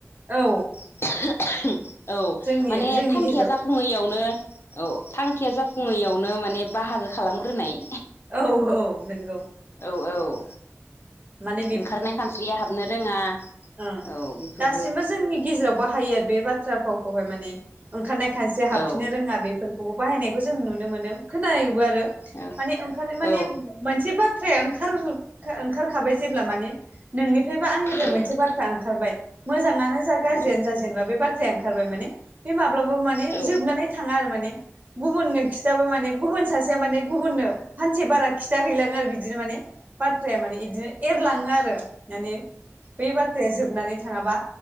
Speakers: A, on the right (about 35°); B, on the left (about 55°).
A: औ।
B: <unintelligible> औ
A: जोंनि
B: माने
A: जोंनि
B: थांखिया
A: गेजेराव
B: जाफुङैयावनो औ थांखिया जा फुङैयावनो माने बाहागो खालामग्रोनाय
A: औ औ नंगौ।
B: औ औ ओ
A: माने
B: ओंखारनाय खानस्रिया हाबनो रोङा।
A: ओ
B: औ बेफोरबो
A: दासिमबो जोंनि गेजेराव बाहायो आरो बे बाथ्रा फावखौहाय माने ओंखारनाय खानसेया हाबफिननो
B: औ
A: रोङा बेफोरखौबो बाहायनायखौ जों नुनो मोनो। खोनायोबो आरो
B: औ
A: माने ओंखार माने
B: औ
A: मोनसे बाथ्राया ओंखार ओंखार खाबाय जेब्ला माने नोंनिफ्राय बा आंनिफ्राय
B: औ
A: मोनसे बाथ्रा ओंखारबाय मोजाङानो जा गाज्रियानो
B: औ
A: जा जेनबा बे बाथ्राया ओंखारबाय माने बे माब्लाबा माने
B: औ
A: जोबनानै थाङा आरो माने गुबुननो खिथाबा माने गुबुन सासेया माने गुबुननो फानसे बारा खिथाहैलाङो आरो बिदिनो माने बाथ्राया माने इदिनो लाङो आरो माने बै बाथ्राया जोबनानै थाङाबा